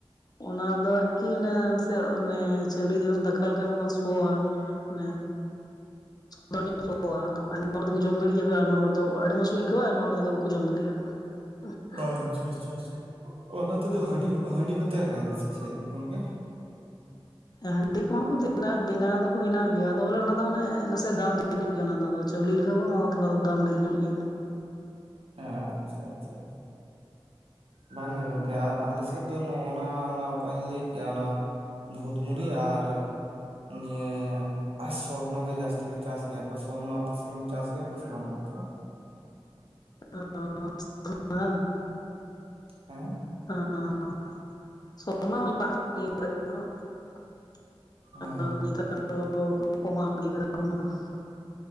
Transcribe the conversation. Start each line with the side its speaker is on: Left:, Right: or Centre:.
Left: ᱚᱱᱟ ᱫᱚ ᱟᱨᱠᱤ ᱚᱱᱮᱭᱟᱜ ᱚᱱᱮ ᱪᱟᱹᱨᱤ ᱫᱚᱢ ᱫᱟᱠᱟ ᱞᱮᱠᱷᱟᱡ ᱚᱱᱟ ᱥᱚᱣᱟ ᱾ ᱢᱟᱱᱮ ᱚᱜ-ᱟ ᱟᱫᱚ ᱟᱭᱢᱟ ᱦᱚᱲ ᱫᱚᱠᱚ ᱡᱚᱢ ᱫᱟᱲᱮᱭᱟᱜ-ᱟ ᱟᱭᱢᱟ ᱦᱚᱲ ᱫᱚ ᱟᱹᱰᱤ ᱢᱚᱸᱡᱽ ᱠᱚ ᱟᱹᱭᱠᱟᱹᱣᱟ ᱟᱭᱢᱟ ᱦᱚᱲ ᱫᱚ ᱵᱟᱠᱚ ᱡᱚᱢ ᱫᱟᱲᱮᱭᱟᱜ-ᱟ ᱾ <inaudible> <unintelligible>
Right: ᱚ ᱟᱪᱪᱷᱟ ᱟᱪᱪᱷᱟ ᱟᱪᱪᱷᱟ ᱚᱱᱟ ᱛᱮᱫᱚ ᱦᱟᱺᱰᱤ ᱠᱚ ᱛᱮᱭᱟᱨ ᱮᱭᱟ ᱥᱮ ᱪᱮᱫ ᱜᱚᱝᱠᱮ?
Left: ᱦᱟᱺᱰᱤ ᱠᱚᱦᱚᱸ ᱠᱚ ᱵᱮᱱᱟᱣ ᱫᱚᱠᱚ ᱵᱮᱱᱟᱣ ᱜᱮᱭᱟ ᱟᱫᱚ ᱵᱚᱞᱮ ᱚᱱᱟ ᱫᱚ ᱢᱟᱱᱮ ᱱᱟᱥᱮ ᱫᱟᱢ ᱰᱷᱮᱨ ᱧᱚᱜ ᱜᱮᱭᱟ ᱚᱱᱟ ᱨᱮᱱᱟᱜ ᱫᱚ ᱪᱟᱣᱞᱮ ᱞᱮ ᱞᱮᱠᱟᱱ ᱵᱚ ᱚᱱᱟ ᱫᱚ ᱛᱷᱚᱲᱟ ᱫᱚ ᱫᱟᱢ ᱰᱷᱮᱨ ᱧᱚᱜ ᱜᱮᱭᱟ ᱾
Right: ᱦᱮᱸ ᱟᱪᱪᱷᱟ ᱟᱪᱪᱷᱟ ᱵᱟᱝᱜᱮ ᱜᱚᱝᱠᱮ ᱟᱨ ᱟᱞᱮ ᱥᱮᱫ ᱫᱚ ᱱᱚᱜ-ᱱᱟ ᱚᱠᱚᱧ ᱞᱟᱹᱭ ᱠᱮᱭᱟ ᱚᱱᱟ ᱵᱷᱩᱛ ᱢᱩᱲᱤ ᱟᱨ ᱱᱤᱭᱟᱹ ᱟᱨ ᱥᱚᱨᱱᱚ ᱜᱮ ᱡᱟᱹᱥᱛᱤ ᱠᱚ ᱪᱟᱥ ᱜᱮᱭᱟ ᱠᱚ ᱥᱚᱨᱱᱚ ᱟᱯᱮ ᱥᱮᱫ ᱪᱟᱥ ᱜᱮᱭᱟ ᱠᱚ ᱥᱮ ᱵᱟᱝ ᱜᱚᱝᱠᱮ?
Left: <unintelligible>
Right: ᱦᱩᱸ
Left: <unintelligible> <unintelligible>
Right: ᱦᱮᱸ